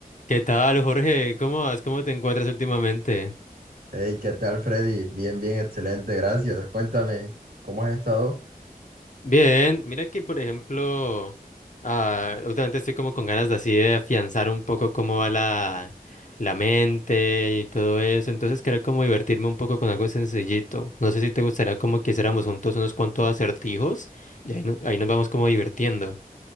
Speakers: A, on the left (about 55°); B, on the right (about 80°).
A: ¿Qué tal, Jorge? ¿Cómo vas? ¿Cómo te encuentras últimamente?
B: Hey, ¿qué tal, Freddy? Bien, bien, excelente, gracias. Cuéntame, ¿cómo has estado?
A: Bien, mira que, por ejemplo, ah, últimamente estoy como con ganas de así de afianzar un poco cómo va la, la mente y todo eso, entonces quería como divertirme un poco con algo sencillito. No sé si te gustaría como que hiciéramos juntos unos cuantos acertijos y ahí, no- ahí nos vamos como divirtiendo.